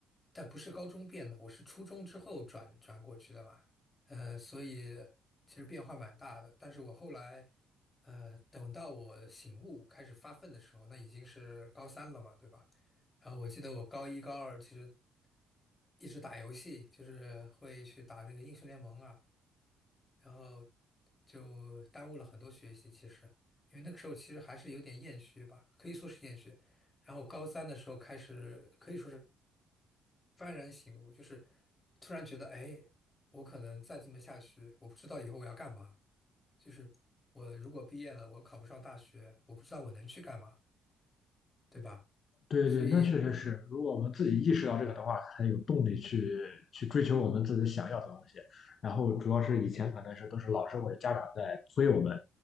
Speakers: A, on the left; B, on the left.
A: 但不是高中变的，我是初中之后转转过去的嘛。呃，所以其实变化蛮大的。但是我后来，呃，等到我醒悟开始发奋的时候，那已经是高三了嘛，对吧？然后我记得我高一、高二其实。一直打游戏，就是会去打那个英雄联盟啊，然后就耽误了很多学习。其实，因为那个时候其实还是有点厌学吧，可以说是厌学。然后高三的时候开始，可以说是幡然醒悟，就是突然觉得，哎，我可能再这么下去，我不知道以后我要干嘛。就是我如果毕业了，我考不上大学，我不知道我能去干嘛，对吧？
B: 对对，
A: 所以，
B: 那确实是。如果我们自己意识到这个的话，才有动力去去追求我们自己想要的东西。然后主要是以前可能是都是老师或者家长在催我们，